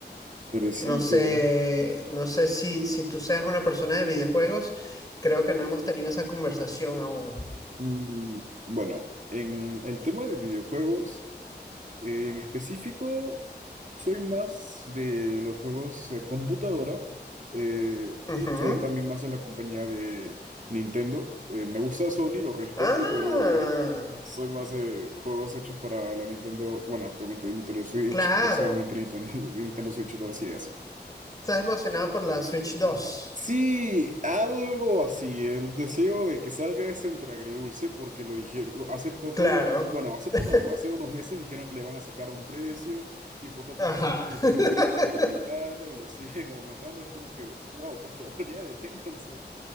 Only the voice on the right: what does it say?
Interesante.
Mm, Bueno, en el tema de videojuegos, en específico, Soy más de los juegos de computadora. eh,
soy también más de la compañía de Nintendo. eh, me gusta Sony, lo respeto,
pero <laughs> soy más de juegos hechos para la Nintendo. Bueno, actualmente Nintendo Switch,
próximamente Nintendo, <laughs> Nintendo Switch 2 y así.
Sí, algo así. El deseo de que salga es entre agridulce, porque lo dijeron lo- hace poco,
bueno, hace
poco no, hace unos meses dijeron que le van a sacar un precio y poco a
poco salen
noticias de que lo están aumentando y lo siguen <laughs> aumentando. Es como que, wow, por favor, <laughs> ya deténganse.